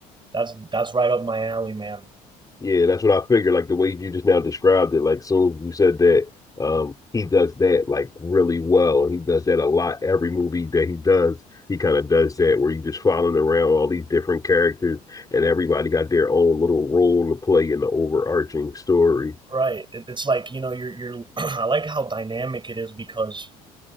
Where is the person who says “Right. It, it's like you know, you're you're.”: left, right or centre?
Right